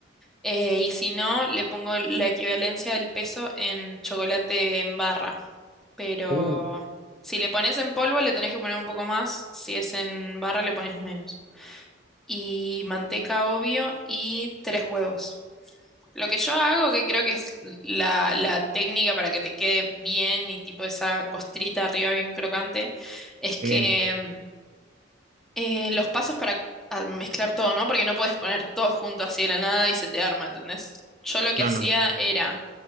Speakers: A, in the centre; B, on the right.
A: eh, y si no, le pongo la equivalencia del peso en chocolate en barra. Pero
B: Uh,
A: si le pones en polvo, le tenés que poner un poco más, si es en barra, le pones menos. Y manteca, obvio, y tres huevos. Lo que yo hago, que creo que es la, la técnica para que te quede bien y tipo esa costrita arriba bien crocante, es que
B: eh,
A: mm, eh, los pasos para ah, mezclar todo, ¿no? Porque no puedes poner todo junto así de la nada y se te arma, ¿entendés? Yo lo que
B: no,
A: hacía
B: no. no.
A: era,